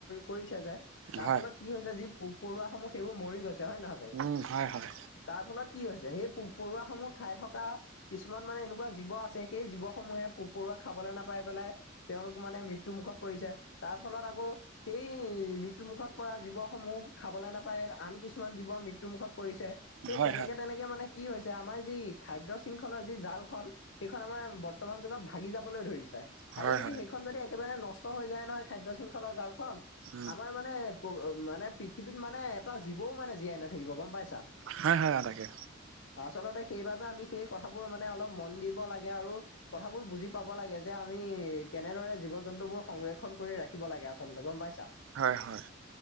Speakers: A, on the left; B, on the right.
A: কৰিছে যে, তাৰ
B: হয়,
A: ফলত কি হৈছে যি পোক পৰুৱাসমূহ সেইবোৰ মৰি গৈছে হয় নহয় বাৰু।
B: উম, হয়, হয়,
A: তাৰ ফলত কি হৈছে সেই পোক পৰুৱাসমূহ খাই থকা কিছুমান মানে এনেকুৱা জীৱ আছে সেই জীৱসমূহে পোক পৰুৱা খাবলে নাপাই পেলাই তেওঁলোক মানে মৃত্যু মুুখত পৰিছে, তাৰ ফলত আকৌ সেই মৃত্যু মুুখত পৰা জীৱসমূহ খাবলে নাপায় আন কিছুমান জীৱ মৃত্যুমুখত পৰিছে। সেই
B: হয়,
A: তেনেকে
B: হয়,
A: তেনেকে মানে কি হৈছে আমাৰ যি খাদ্য শৃংখলৰ যি জালখন। সেইখন আমাৰ বৰ্তমান যুগত ভাগি যাবলৈ ধৰিছে।
B: হয়,
A: আৰু যদি
B: হয়,
A: সেইখন যদি একেবাৰে নষ্ট হৈ যায় নহয় খাদ্যয় শৃংখলৰ জালখন,
B: উম,
A: আমাৰ মানে মানে পৃথিৱীত মানে এটা জীৱও মানে জীয়াই নাথাকিব গম পাইছা।
B: হয় হয় আৰু তাকে।
A: আচলতে সেইবাবে আমি সেই কথাবোৰ মানে অলপ মন দিব লাগে আৰু। কথাবোৰ বুজি পাব লাগে যে আমি তুমি কেনেদৰে জীৱ -জন্তু বোৰ সংৰক্ষন কৰি ৰাখিব লাগে আচলতে গম পাইছা।
B: হয় হয়।